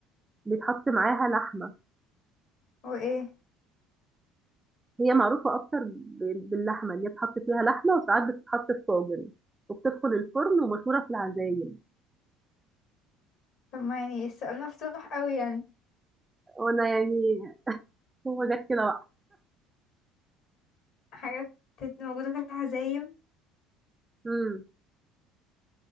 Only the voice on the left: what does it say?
وايه
طب ما يعني السؤال مفتوح قوي يعني
حاجات بت- موجوده في العزايم